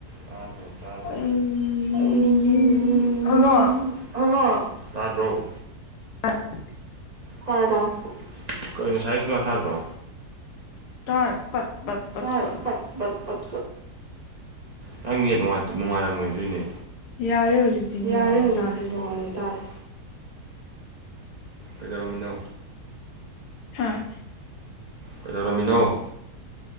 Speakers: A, on the right; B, on the left.
A: ꯇꯥꯗ꯭ꯔꯣ ꯇꯥꯗ꯭ꯔꯣ
B: ꯑꯩ
A: ꯎꯝ
B: ꯍꯜꯂꯣ
A: ꯇꯥꯗ꯭ꯔꯣ
B: <unintelligible>
A: ꯇꯥꯔꯦ ꯇꯥꯔꯦ ꯀꯩꯅꯣ ꯉꯁꯥꯏꯒꯩ ꯁꯨꯡꯇꯥ ꯇꯥꯗ꯭ꯔꯣ
B: ꯇꯥ ꯄꯠ ꯄꯠ ꯄꯠ
A: ꯇꯥꯏ
B: ꯄꯠ
A: ꯄꯠ ꯄꯠ ꯅꯪ ꯅꯦꯠ ꯅꯨꯡꯉꯥꯏꯇ ꯅꯨꯡꯉꯥꯏꯔꯝꯃꯣꯏ ꯑꯗꯨꯏꯅꯦ
B: ꯌꯥꯔꯦ ꯍꯧꯖꯤꯛꯇꯤ
A: ꯌꯥꯔꯦ
B: ꯅꯨꯡꯉꯥꯏꯔꯦ
A: ꯍꯧꯖꯤꯛꯇꯤ
B: ꯇꯥꯔꯦ
A: ꯅꯨꯡꯉꯥꯏꯔꯦ ꯇꯥꯔꯦ ꯀꯩꯗꯧꯔꯝꯃꯤꯅꯣ
B: ꯍꯥꯥ
A: ꯀꯩꯗꯧꯔꯝꯃꯤꯅꯣ